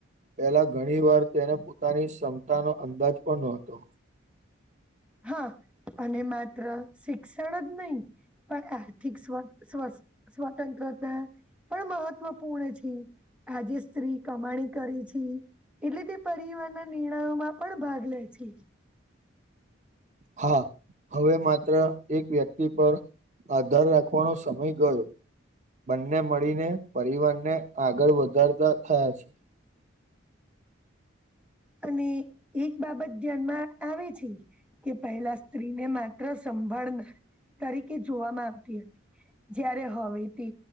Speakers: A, on the right; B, in the centre.
A: પહેલા ઘણી વાર તેને પોતાની ક્ષમતા ન અંદાજ પણ નતો
B: હા અને માત્ર શિક્ષણ જ નહી પણ આર્થિક સ્વ સ્વસ્ સ્વતંત્રતા પણ મહત્ત્વપૂર્ણ છે. આજે સ્ત્રી કમાણી કરી છે. એટલે તે પરિવારના નિર્ણયો માં પણ ભાગ લે છે.
A: હા હવે માત્ર એક વ્યક્તિ પર આધાર રાખવાનો સમય ગયો. બંને મળીને પરિવાર ને આગળ વધારતા થયા છે.
B: અને એક બાબત ધ્યાનમાં આવે છે કે પહેલા સ્ત્રીને મા તો સંભાળનાર તરીકે જોવામાં આવતી હતી. જય્યારે હવે તે